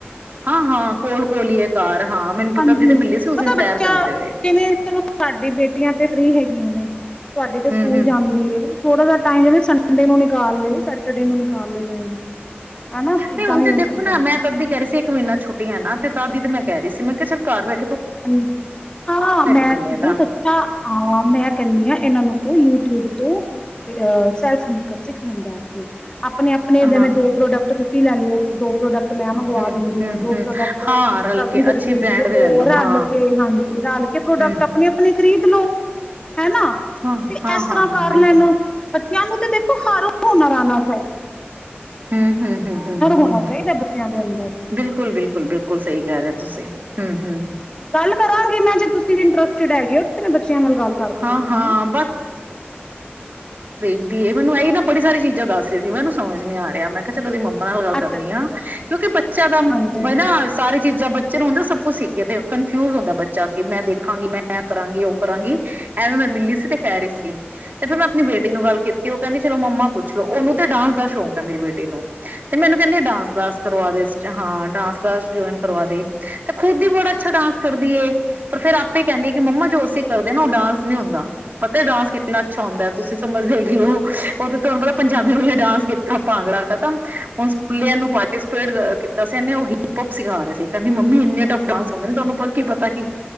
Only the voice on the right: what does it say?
ਹਾਂ-ਹਾਂ, ਕੋਲ-ਕੋਲ ਈ ਹੈ ਕਾਰ, ਹਾਂ ਮੈਨੂੰ ਪਤਾ
ਆ, ਦੀਦੀ ਮਿਲੇ ਸੀ ਉਸ
ਦਿਨ
ਸੈਰ ਕਰਦੇ ਹੋਏ।
ਹੂੰ-ਹੂੰ
ਨਹੀਂ ਹੁਣ
ਤੇ
ਦੇਖੋ
ਨਾ, ਮੈਂ ਤਦੀ ਕਹ ਰਹੀ ਸੀ ਇੱਕ ਮਹੀਨਾ ਛੁੱਟੀਆਂ ਹੈ ਨਾ, ਤੇ ਤਦ ਹੀ ਤੇ ਮੈਂ ਮੈ ਕਹਿ ਰਹੀ ਸੀ, ਮੈਂ ਕਿਹਾ ਚੱਲ ਘਰ ਬੇ
ਮਹੀਨੇ
ਦਾ
ਹਾਂ
ਹੂੰ-ਹੂੰ-ਹੂੰ
ਹਾਂ ਰਲ
ਕੇ
ਅੱਛੇ
ਬ੍ਰੈਂਡ
ਦੇ ਲੈ
ਲੋ
ਹਾਂ
ਹੂੰ
ਹਾਂ,
ਹਾਂ-ਹਾਂ-ਹਾਂ
ਬਿਲਕੁਲ
ਹੂੰ-ਹੂੰ-ਹੂੰ-ਹੂੰ-ਹੂੰ।
ਬਿਲਕੁ-ਬਿਲਕੁਲ-ਬਿਲਕੁਲ। ਸਹੀ ਕਹਿ ਰਹੇ ਹੋ ਤੁਸੀਂ। ਹਮ-ਹਮ।
ਹਾਂ-ਹਾਂ
ਦੀਏ ਬਨਵਾਈ ਨਾ, ਬੜੀ ਸਾਰੀ ਚੀਜ਼ਾਂ ਦੱਸ ਰਹੇ ਸੀ, ਮੈਨੂੰ ਸਮਝੀ ਆ ਯਾਰ ਮੈਂ ਕਿਹਾ ਚਲ ਉਹਦੀ ਮੰਮ ਮੰਮਾ ਨਾਲ ਗੱਲ ਕਰਨੀ
ਆ,
ਕਿਉਂਕਿ ਬੱਚਿਆਂ ਦਾ
ਬੇ ਨਾ ਸਾਰੀ ਚੀਜ਼ਾਂ ਬ ਬਚੇ ਨੂੰ ਹੁੰਦਾ ਸਭ ਕੁਛ ਸਿੱਖ ਗਿਆ ਤੇ ਉਹ ਕਨਫਿਊਜ ਹੁੰਦਾ ਬੱਚਾ, ਕਿ ਮੈਂ ਦੇਖਾਂਗੀ, ਮੈਂ ਇਹ ਕਰਾਂਗੀ, ਉਹ ਕਰਾਂਗੀ। ਐਵੇਂ ਮ ਮਿਲੀ ਸੀ, ਤੇ ਕਹਿ ਰਹੀ ਸੀ। ਤੇ ਫਿਰ ਮੈਂ ਆਪਣੀ ਬੇਟੀ ਨੂੰ ਗੱਲ ਕੀਤੀ, ਉਹ ਕਹਿੰਦੀ ਚਲੋ ਮੰਮਾ ਪੁੱਛਲੋ ਉਹਨੂੰ ਤੇ ਡਾਂਸ ਦਾ ਸ਼ੌਕ ਮੇਰੀ ਬੇਟੀ ਨੂੰ। ਤੇ ਮੈਨੂੰ ਕਹਿੰਦੇ ਡਾਂਸ ਕਲਾਸ ਕਰਵਾ ਦੇ। ਹਾਂ ਡਾਂਸ ਕਲਾਸ ਜੋਇਨ ਕਰਵਾ ਦੇ ਤੇ ਖੁਦ ਬੜਾ ਅੱਛਾ ਡਾਂਸ ਕਰਦੀ ਏ। ਪਰ ਫਿਰ ਆਪੇ ਕਹਿੰਦੀ ਕਿ ਮੰਮਾ ਜੋ ਅਸੀ ਕਰ ਨਾ ਉਹ ਡਾਂਸ ਨਹੀਂ ਹੁੰਦਾ। ਪਤਾ ਡਾਂਸ ਕਿੰਨਾ ਅੱਛਾ ਹੁੰਦਾ। ਤੁਸੀਂ ਸਮਝਦੇ <unintelligible> ਉਥੇ ਤੁਹਾਨੂੰ ਪਤਾ ਪੰਜਾਬੀ ਹੋਈਆ ਡਾਂਸ ਕੀਤਾ। ਭਾਂਗੜਾ ਖਤਮ। ਹੁਣ ਸਕੂਲੇ ਐਨੂ ਨੂੰ ਪਾਰਟੀਸਪੇਟ ਕੀਤਾ ਸੀ। ਇਹਨੇ ਉਹ ਹਿੱਪ ਹੋਪ ਸਿਖਾ ਰਹੇ ਸੀ ਕਹਿ- ਦੀ ਮੰਮੀ ਇੰਨੇ ਟਫ ਡਾਂਸ ਹੁੰਦੇ ਨੇ। ਤੁਹਾਨੂੰ ਪਰ ਕੀ ਪਤਾ ਤਾਂ ਕਿ